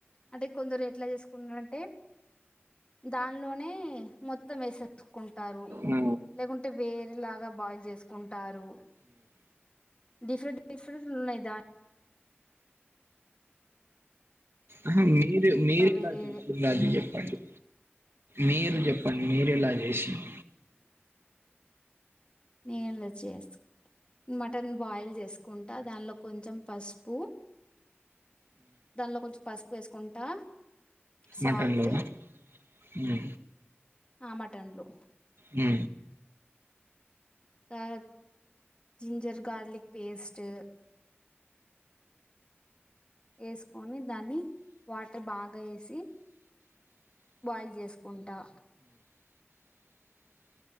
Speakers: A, on the left (about 25°); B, on the right (about 65°).
A: అంటే కొందరు ఎట్ల చేసుకున్నరంటే దానిలోనే మొత్తం వేసేసుకుంటారు
B: ఆ,
A: లేకుంటే వేరేలాగా బాయిల్ చేసుకుంటారు డిఫరెంట్ డిఫరెంట్ లు ఉన్నాయి దా
B: అహ్ మీరు మీరేలా
A: వేరే
B: చేసిళ్ అది చెప్పండి మీరు చెప్పండి మీరెలా చేసిర్
A: ఏం లే చేస్ మటన్ బాయిల్ చేసుకుంటా దానిలో కొంచెం పసుపు దానిలో కొంచెం పసుపు వేసుకుంటా సాల్ట్
B: మటన్లో హు
A: ఆ మటన్లో
B: హు
A: ఆ జింజర్ గార్లీక్ పేస్ట్ వేస్కొని దాన్ని వాటర్ బాగా ఏసి బాయిల్ చేసుకుంటా